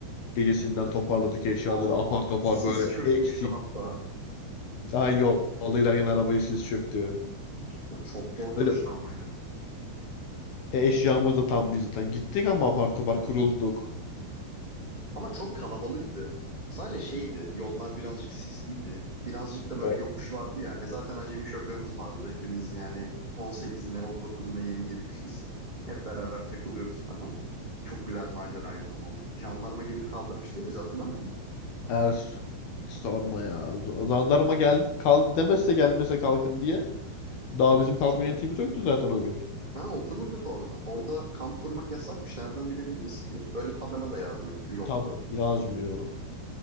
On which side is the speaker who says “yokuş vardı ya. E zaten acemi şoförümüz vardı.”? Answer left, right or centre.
Right